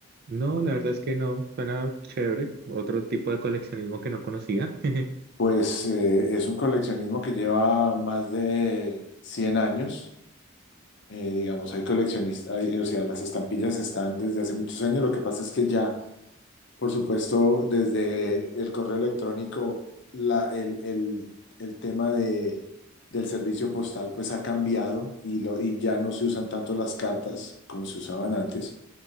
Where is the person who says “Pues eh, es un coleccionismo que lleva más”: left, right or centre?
Left